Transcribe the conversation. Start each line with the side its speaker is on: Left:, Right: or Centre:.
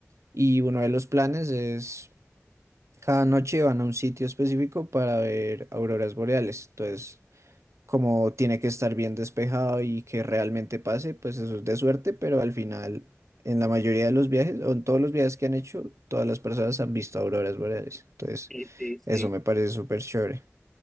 Right: y uno de los planes es cada noche van a un sitio específico para ver auroras boreales. Entonces como tiene que estar bien despejado y que realmente pase, pues eso es de suerte, pero al final, en la mayoría de los viajes, o en todos los viajes que han hecho, todas las personas han visto auroras boreales. Entonces,
Centre: Sí, sí,
Right: eso
Centre: sí.
Right: me parece súper chévere.